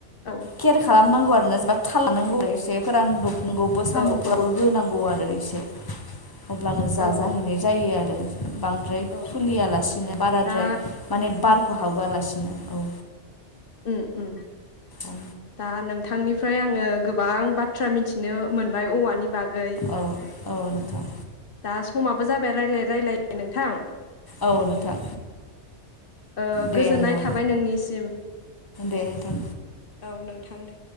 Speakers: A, on the left; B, on the left.
A: औ
B: केयार खालामनांगौ आरोना थाल लानांगौ एसे फोरानदब गौबो सान्दुंफोरावबो
A: औ औ
B: होनांगौ आरो रो एसे अब्लानो जाजाहैनाय
A: औ
B: जायो आरो बांद्राय
A: औ
B: खुलियालासिनो बाराद्राय
A: दा
B: माने बार हाबहोआलासिनो औ
A: उम उम
B: औ
A: दा नोंथांनिफ्राय आङो गोबां बाथ्रा मिथिनो मोनबाय औवा नि बागै
B: औ औ नोंथां
A: दा समाबो जाबाय रायलाय-रायलाय <unintelligible> नोंथां
B: औ नोंथां
A: ओ
B: दे
A: गोजोननाय
B: होमबा
A: थाबाय नोंनिसिम
B: दे नोंथां
A: नोंथांनो